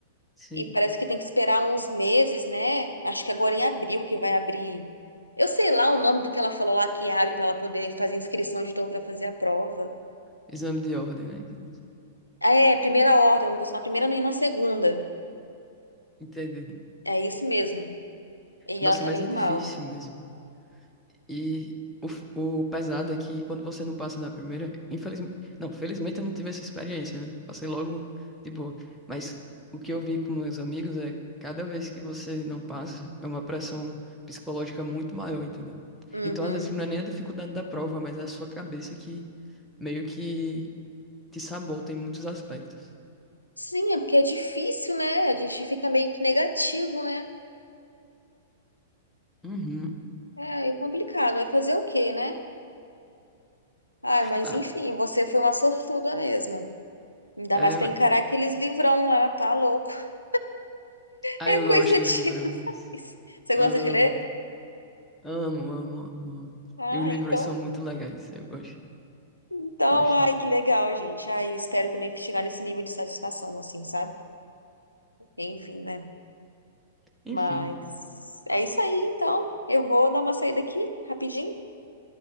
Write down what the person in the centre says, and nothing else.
sim.
Exame de ordem, né? que diz.
Entendi.
Nossa,
mas
é difícil
mesmo. E o, f- o pesado é que quando você não passa na primeira, infelizmente, não, felizmente eu não tive essa experiência, né? Passei logo de boa. Mas o que eu vi com meus amigos é cada vez que você não passa, é uma pressão psicológica muito maior, entendeu?
Então, às vezes, não é nem a dificuldade da prova, mas é a sua cabeça que meio que te sabota em muitos aspectos.
Uhum,
estudar.
É,
ué.
Aí
eu
gosto dos
livrões.
Amo.
Amo, amo, amo, amo.
E os livros
são muito legais, eu gosto
bastante.
Enfim,